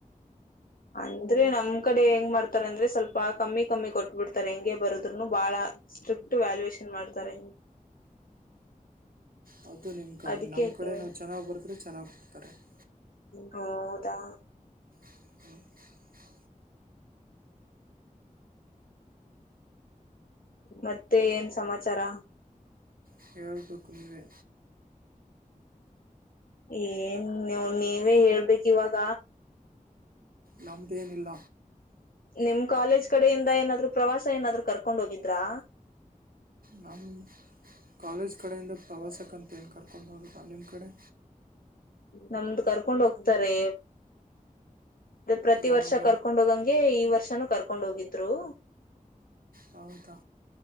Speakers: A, on the left; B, on the right.
A: ಇದ್ರೆ ನಮ್ ಕಡೆ ಹೆಂಗ್ ಮಾಡ್ತಾರಂದ್ರೆ ಸ್ವಲ್ಪ ಕಮ್ಮಿ ಕಮ್ಮಿ ಕೊಟ್ಟಬಿಡ್ತಾರೆ ಹಂಗೆ ಬಾರದ್ರೂನು ಬಹಳ ಸ್ಟ್ರೀಟ್ ವ್ಯಾಲ್ಯೂಯೇಷನ್ ಮಾಡ್ತಾರೆ
B: ಹೌದಾ ಇದು ನಿಮ್ಮಕಡೇ
A: ಅದಕ್ಕೆ
B: ನಮ್ ಕಡೆ
A: ಕೇಳ್ದೆ
B: ಚೆನ್ನಾಗ್ ಬರದ್ರೆ ಚೆನ್ನಾಗ್ ಕೊಡ್ತಾರೆ ಕರೆಕ್ಟ್
A: ಹೌದಾ
B: ಹ
A: ಮತ್ತೆ ಎನ್ ಸಮಾಚಾರ
B: ಹೇಳಬೇಕು ನೀವೇ
A: ಎನ್ ನೀವೇ ಹೇಳಬೇಕು ಇವಾಗ
B: ನಮ್ದು ಏನಿಲ್ಲ
A: ನಿಮ್ ಕಾಲೇಜ್ ಕಡೆಯಿಂದ ಏನಾದರೂ ಪ್ರವಾಸ ಏನ್ ಆದ್ರೂ ಕರ್ಕೊಂಡ್ ಹೋಗಿದ್ರಾ
B: ನಮ್ ಕಾಲೇಜ್ ನಾಮ್ ಕಡೆ ಇಂದ ಪ್ರವಾಸ ಏನು ಕರ್ಕೊಂಡು ಹೋಗಿಲ್ಲ ನಿಮ್ ಕಡೆ
A: ನಮಗೂ ಕರ್ಕೊಂಡು ಹೋಗ್ತಾರೆ ಪ್ರತಿವರ್ಷ
B: ಯಾವಾಗ
A: ಕರ್ಕೊಂಡ್ ಹೋಗಂಗೆ ಈ ವರ್ಷನು ಕರ್ಕೊಂಡು ಹೋಗಿದ್ದರು
B: ಹೌದಾ